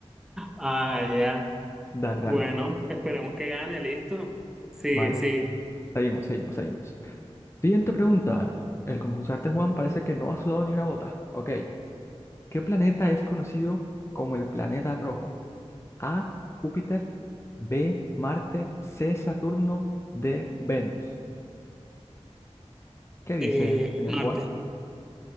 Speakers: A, in the centre; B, on the left (about 25°).
A: Ah, ya.
B: dale,
A: Bueno,
B: dale.
A: esperemos que gane, listo. Sigue,
B: Vale,
A: sigue.
B: seguimos, seguimos, seguimos. Siguiente pregunta. El concursante Juan parece que no ha sudado ni una gota. Ok. ¿Qué planeta es conocido como el planeta rojo? A, Júpiter, B, Marte, C, Saturno, D, Venus. ¿Qué dice
A: Eh,
B: el señor
A: Marte.
B: Juan?